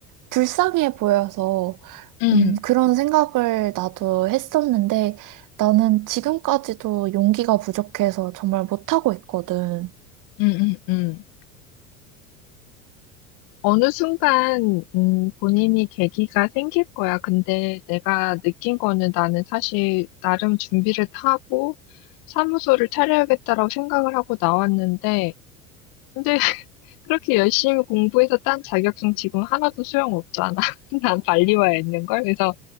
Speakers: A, on the right; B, on the left.
A: 불쌍해 보여서,
B: 응,
A: 음, 그런 생각을 나도 했었는데, 나는 지금까지도 용기가 부족해서 정말 못하고 있거든.
B: 응, 응, 응. 어느 순간 음, 본인이 계기가 생길 거야. 근데 내가 느낀 거는 나는 사실 나름 준비를 다 하고 사무소를 차려야겠다라고 생각을 하고 나왔는데 근데 <laughs> 그렇게 열심히 공부해서 딴 자격증 지금 하나도 소용없잖아. <laughs> 난 빨리 와 있는 걸. 그래서